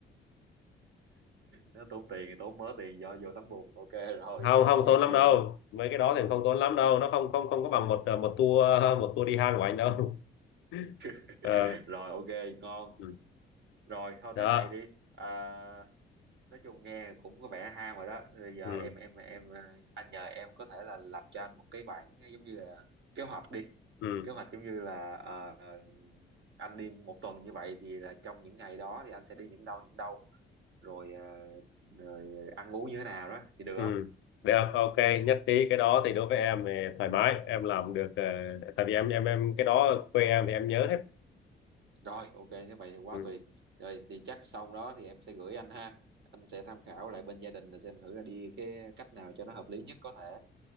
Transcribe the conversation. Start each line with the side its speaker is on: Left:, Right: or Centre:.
Right: nó tốn tiền tốn mớ tiền do vô tắm bùn ok rồi
Left: không không tốn lắm
Right: duyệt
Left: đâu mấy cái đó thì không tốn lắm đâu nó không không không có bằng một ờ, một tour <laughs> một tour đi hang của anh đâu <laughs>
Right: <laughs>
Left: Ờ,
Right: rồi ok ngon
Left: ừ,
Right: rồi thôi
Left: đó
Right: thế này đi à, nói chung nghe cũng có vẻ ham rồi đó bây giờ
Left: ừ,
Right: em em em à, anh nhờ em có thể là lập cho anh một cái bản giống như là kế hoạch đi
Left: ừ,
Right: kế hoạch giống như là à, anh đi một tuần như vậy thì là trong những ngày đó thì anh sẽ đi những đâu những đâu rồi, à, rồi ăn uống như thế nào đó thì được
Left: ừ.
Right: không
Left: được ok nhất trí cái đó thì đối với em thì thoải mái em làm được ờ, tại vì em em em cái đó ở quê em thì em nhớ hết
Right: Rồi, ok, nếu vậy thì quá
Left: ừ.
Right: tuyệt. Rồi, thì chắc xong đó thì em sẽ gửi anh ha. Anh sẽ tham khảo lại bên gia đình là xem thử là đi cái cách nào cho nó hợp lý nhất có thể.